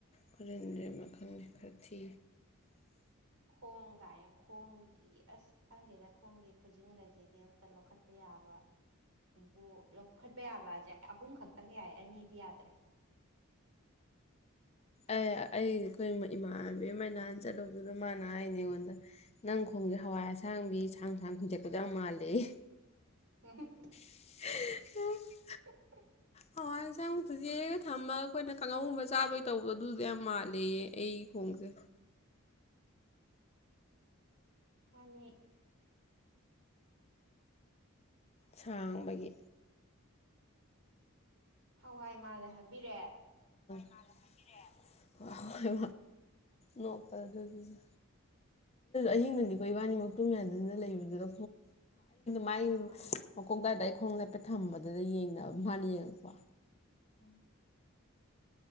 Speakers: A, on the left (about 30°); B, on the right (about 80°).
A: ꯈꯨꯖꯤꯟꯗꯔꯤ ꯑꯃ ꯈꯪꯗꯦ ꯈꯔ ꯊꯤ
B: ꯈꯣꯡ ꯀꯥꯏꯅ ꯈꯣꯡꯒꯤ ꯑꯁ ꯈꯪꯗꯦꯗ ꯈꯣꯡꯒꯤ ꯈꯨꯖꯤꯟꯒꯁꯤꯗꯤ ꯑꯝꯇ ꯂꯧꯈꯠꯄ ꯌꯥꯕ ꯕꯣꯛ ꯂꯧꯈꯠꯄ ꯌꯥꯕꯁꯦ ꯑꯍꯨꯝ ꯈꯛꯇꯪ ꯌꯥꯏ ꯑꯅꯤꯗꯤ ꯌꯥꯗ꯭ꯔꯦ
A: ꯑꯦ ꯑꯩ ꯑꯩꯈꯣꯏ ꯏꯃꯥꯟꯅꯕꯤ ꯑꯃꯅꯥꯍꯥꯟ ꯆꯠꯂꯨꯗꯨꯗ ꯃꯥꯅ ꯍꯥꯏꯅꯦ ꯑꯩꯉꯣꯟꯗ ꯅꯪ ꯈꯣꯡꯁꯦ ꯍꯋꯥꯏꯔꯁꯦ ꯑꯁꯥꯡꯕꯤ ꯁꯥꯡ ꯁꯥꯡꯗꯦꯛꯄꯗ ꯃꯥꯜꯂꯤꯦ ꯂꯩ
B: ꯎꯝ
A: ꯎ
B: <unintelligible>
A: ꯍꯏꯁꯦ ꯑꯃꯨꯛꯇꯖꯤ ꯊꯝꯕ ꯑꯩꯈꯣꯏꯅ ꯀꯥꯡꯉꯧꯒꯨꯝꯕ ꯆꯥꯕꯩ ꯇꯧꯕ ꯑꯗꯨꯗ ꯌꯥꯝ ꯃꯥꯜꯂꯦꯌꯦ ꯑꯩꯒꯤ ꯈꯣꯡꯁꯦ
B: ꯑꯅꯤ
A: ꯁꯥꯡꯕꯒꯤ
B: ꯍꯋꯥꯏ ꯃꯥꯜꯂꯦ ꯍꯥꯏꯕꯤꯔꯛꯑꯦ
A: ꯍ ꯍꯣꯏ ꯅꯣꯛꯄ ꯑꯗꯨꯁꯨ ꯑꯍꯤꯡꯗꯅꯤꯀꯣ ꯏꯕꯥꯅꯤꯃꯛꯇꯨꯃꯤ ꯑꯗꯨꯅ ꯂꯩꯕꯗꯨꯗ ꯃꯥꯏ
B: ꯑꯥ
A: ꯃꯈ ꯇ ꯈꯣꯡ ꯅꯞꯄ ꯊꯝꯕꯗꯨꯗ ꯌꯦꯡꯅꯕ ꯃꯥꯅ ꯌꯦꯡꯉꯛꯄ
B: ꯎꯝ